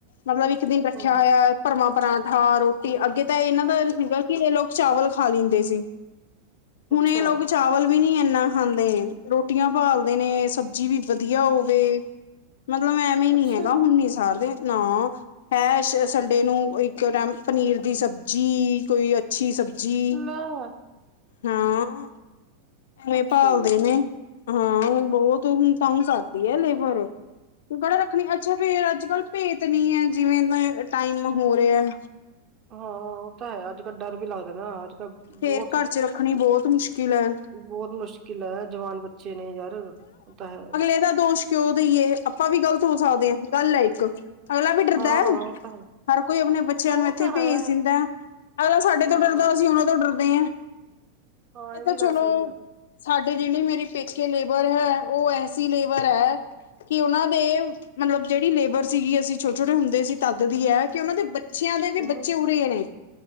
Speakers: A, on the left; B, on the right.
A: ਮਤਲਬ ਵੀ ਰੱਖਿਆ
B: ਹਮ
A: ਹੋਇਆ ਭਰਵਾਂ ਪਰਾਂਠਾ, ਰੋਟੀ, ਅੱਗੇ ਤਾਂ ਇਹਨਾਂ ਦਾ ਸੀਗਾ ਕਿ ਇਹ ਲੋਕ ਚਾਵਲ ਖਾ ਲੈਂਦੇ ਸੀ ਹੁਣ
B: ਅੱਛਾ
A: ਇਹ ਲੋਕ ਚਾਵਲ ਵੀ ਨੀ ਇਨਾ ਖਾਂਦੇ, ਰੋਟੀਆਂ ਭਾਲਦੇ ਨੇ, ਸਬਜ਼ੀ ਵੀ ਵਧੀਆ ਹੋਵੇ
B: <inaudible>
A: ਮਤਲਬ ਐਵੇਂ
B: ਅੱਛਾ
A: ਨੀ ਹੈਗਾ,
B: ਜੀ
A: ਹੁਣ ਨੀ ਸਾਰ ਦੇ, ਨਾ ਹੈ ਸੰਡੇ ਨੂੰ, ਇੱਕ ਟਮ ਪਨੀਰ ਦੀ ਸਬਜ਼ੀ, ਕੋਈ ਅੱਛੀ ਸਬਜ਼ੀ
B: ਅੱਛਾ!
A: ਹਾਂ, ਐਵੇਂ
B: ਅੱਛਾ
A: ਪਾਲਦੇ
B: ਜੀ।
A: ਨੇ। ਹਾਂ ਬਹੁਤ, ਹੁਣ ਤੰਗ ਕਰਦੀ ਆ ਲੇਬਰ ਕੜਾ ਰੱਖਣੀ, ਅੱਛਾ ਫੇ ਅੱਜ ਕੱਲ ਭੇਤ ਨ ਹੈ, ਜਿਵੇਂ ਟਾਈਮ ਹੋ ਰਿਹਾ ਹੈ।
B: ਹਾਂ ਉਹ ਤਾਂ ਹੈ, ਅੱਜ ਕੱਲ ਡਰ ਵੀ ਲੱਗਦਾ ਨਾ ਅੱਜ ਕੱਲ ਬਹੁਤ
A: ਫੇਰ ਘਰ 'ਚ ਰੱਖਣੀ, ਬਹੁਤ ਮੁਸ਼ਕਿਲ ਹੈ।
B: ਬਹੁਤ ਮੁਸ਼ਕਿਲ ਹੈ ਜਵਾਨ ਬੱਚੇ ਨੇ ਯਾਰ, ਉਹ ਤਾਂ ਹੈ।
A: ਏਦਾ ਦੋਸ਼ ਕਿਉਂ ਦੇਈਏ, ਆਪਾਂ ਵੀ ਗ਼ਲਤ ਹੋ ਸਕਦੇ ਹ, ਗੱਲ ਹੈ ਇੱਕ, ਅਗਲਾ ਵੀ ਡਰਦਾ
B: ਹਾਂ
A: ਹੈ।
B: ਹਾਂ ਉਹ ਤਾਂ ਹੈ
A: ਹਰ ਕੋਈ ਆਪਣੇ ਬੱਚਿਆਂ
B: ਹਾਂ ਉਹ
A: ਨੂੰ ਇੱਥੇ
B: ਤਾਂ
A: ਭੇਜ
B: ਹੈ
A: ਦਿੰਦਾ, ਅਗਲਾ ਸਾਡੇ
B: ਹਾਂ।
A: ਤੋਂ ਡਰਦਾ, ਅਸੀਂ ਉਹਨਾਂ ਤੋਂ ਡਰਦੇ ਹਾਂ।
B: ਹਾਂ
A: ਇਹ ਤਾਂ
B: ਵੀ ਗੱਲ
A: ਚਲੋ
B: ਸਹੀ ਹੈ।
A: ਸਾਡੇ ਜਿਵੇ ਮੇਰੇ ਪੇਕੇ ਲੇਬ ਬਰ ਹੈ ਉਹ ਐਸੀ ਲੇਬਰ ਐ ਕੀ ਉਹਨਾਂ ਦੇ ਮਤਲਬ ਜਿਹੜੀ ਲੇਬਰ ਸੀਗੀ ਅਸੀਂ ਛੋਟੇ-ਛੋਟੇ ਹੁੰਦੇ ਸੀ ਤੱਦ ਦੀ ਐ ਕਿ ਉਹਨਾਂ ਦੇ ਬੱਚ ਚਿਆਂ ਦੇ ਵੀ
B: ਹੂੰ
A: ਬੱਚੇ ਉਰੇ ਨੇ